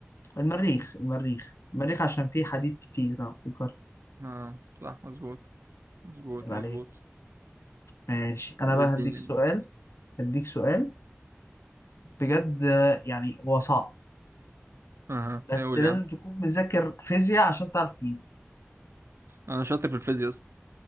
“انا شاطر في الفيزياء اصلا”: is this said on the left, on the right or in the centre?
Right